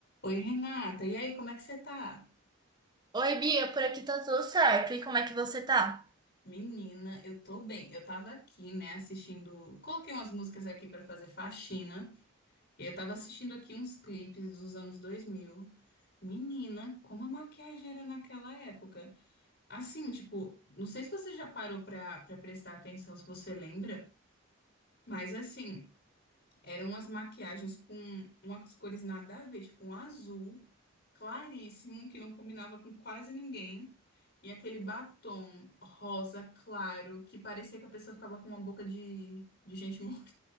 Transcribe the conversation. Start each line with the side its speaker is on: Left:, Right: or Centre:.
Left: Oi, Renata. E aí, como é que você tá?
Right: Oi, Bia, por aqui tá tudo certo. E como é que você tá?
Left: Menina, eu tô bem. Eu tava aqui, né, assistindo. Coloquei umas músicas aqui pra fazer faxina. E eu tava assistindo aqui uns clipes dos anos 2000. Menina, como a maquiagem era naquela época. Assim, tipo, não sei se você já parou pra, pra prestar atenção, se você lembra, mas assim. Eram umas maquiagens com umas cores nada a ver, tipo um azul claríssimo, que não combinava com quase ninguém. E aquele batom rosa claro, que parecia que a pessoa ficava com uma boca de, de gente morta.